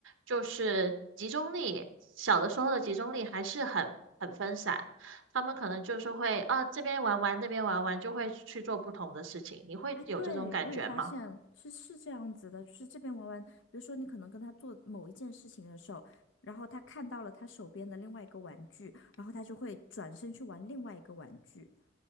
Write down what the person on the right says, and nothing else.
就是集中力，小的时候的集中力还是很很分散，他们可能就是会啊这边玩玩那边玩玩，就会去做不同的事情。你会有这种感觉吗？